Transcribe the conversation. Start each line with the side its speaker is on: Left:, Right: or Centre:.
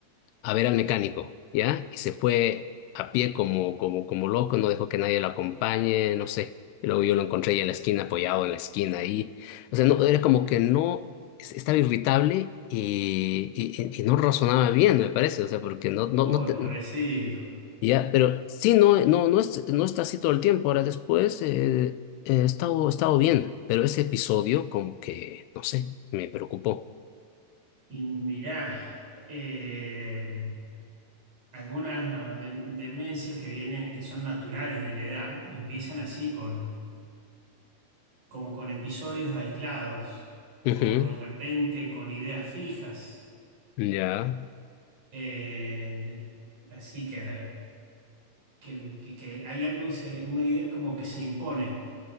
Left: a ver al mecánico, ¿ya? Y se fue a pie como, como, como loco, no dejó que nadie lo acompañe, no sé. Y luego yo lo encontré ahí en la esquina, apoyado en la esquina ahí. O sea, no, era como que no, es- estaba irritable y, y, y- y no razonaba bien, me parece, o sea, porque no, no,
Right: Uy,
Left: no, te-
Right: pobrecito.
Left: ya, pero sí, no, no, no, es- no está así todo el tiempo. Ahora después eh, he estado, he estado bien, pero ese episodio como que, no sé, me preocupó.
Right: Y mirá, eh, algunas ah, de- demencias que vienen, que son naturales de la edad, empiezan así con, como con episodios aislados
Left: Ujú,
Right: o de repente con ideas fijas.
Left: Ya,
Right: Eh, así que, que, que- que hay algo, se- una idea como que se impone.